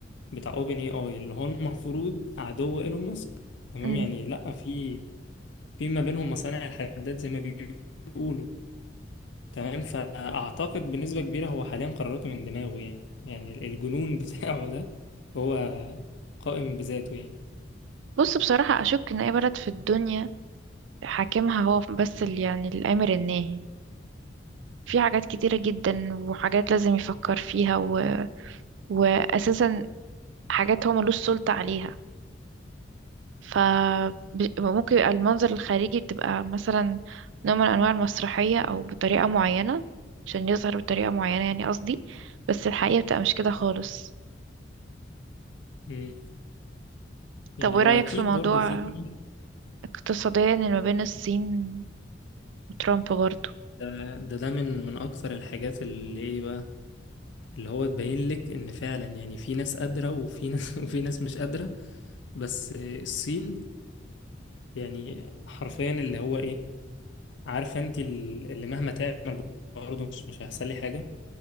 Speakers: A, on the left; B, on the right.
A: بتاع اوبن اي اي اللي هو المفروض عدو ايلون ماسك تمام
B: مم.
A: يعني لا في في ما بينهم مصانع الحداد زي ما بيقولوا تمام فأعتقد بنسبة كبيرة هو حاليا قراراته من دماغه يعني يعني الجنون <laughs> بتاعه ده هو قائم بذاته يعني
B: بص بصراحة أشك إن أي بلد في الدنيا حاكمها هو بس اللي يعني الآمر الناهي في حاجات كتيرة جدا وحاجات لازم يفكر فيها و... وأساسا حاجات هو ملوش سلطة عليها فممكن يبقى المنظر الخارجي بتبقى مثلا نوع من أنواع المسرحية أو بطريقة معينة عشان يظهر بطريقة معينة يعني قصدي بس الحقيقة بتبقى مش كده خالص
A: مم. يعني
B: طب وإيه
A: هو
B: رأيك
A: أكيد
B: في موضوع
A: برضو في كده
B: اقتصاديا اللي ما بين الصين وترامب برضه
A: ده ده, ده من من أكثر الحاجات اللي إيه بقى اللي هو تبين لك إن فعلا يعني في ناس قادرة وفي ناس <laughs> وفي ناس مش قادرة بس الصين يعني حرفيا اللي هو إيه عارفة أنت اللي مهما تعمل برضه مش مش هيحصل لي حاجة